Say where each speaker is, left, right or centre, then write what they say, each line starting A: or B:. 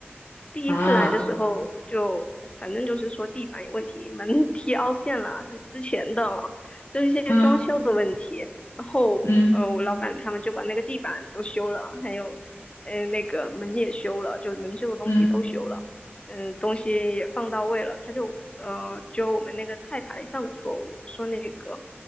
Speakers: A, on the left; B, on the left.
A: 第一次来的时候就，
B: 啊，
A: 反正就是说地板有问题，门 <laughs> 踢凹陷了，是之前的哦，就是一些装修的问题。
B: 嗯
A: 然后，
B: 嗯
A: 呃，我老板他们就把那个地板都修了，还有，呃，那个门也修了，就能修的东西都修了，
B: 嗯，
A: 嗯、东西也放到位了。他就，呃，就我们那个菜牌上的错误，说那个。